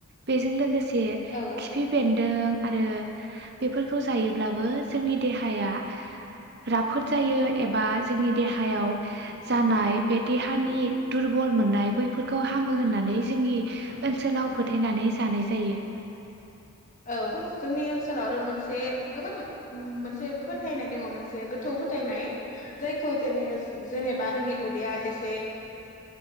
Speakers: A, on the right (about 50°); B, on the left (about 35°).
A: बेजों लोगोसे से
B: औ
A: खिफि बेन्दों आरो बेफोरखौ जायोब्लाबो जोंनि देहाया राफोद जायो एबा जोंनि देहायाव जानाय बे देहानि दुरबल मोननाय बैफोरखौ हामो होननानै जोंनि ओनसोलाव फोथायनानै जानाय जायो
B: औ जोंनि ओनसोलाव आरो मोनसे गोबां मोनसे फोथायनाय दङ मोनसे गोथौ फोथायनाय जायखौ जेने जेनेबा जोंनि उदैया एसे